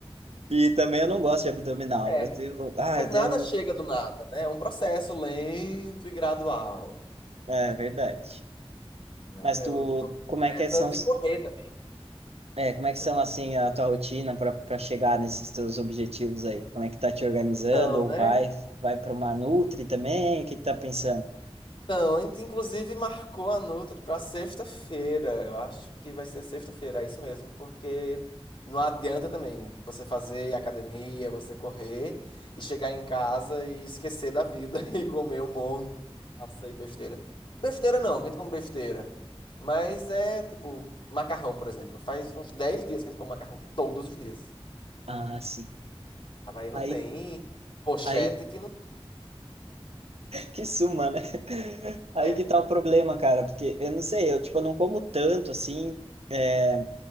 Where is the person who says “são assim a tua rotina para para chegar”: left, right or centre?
Right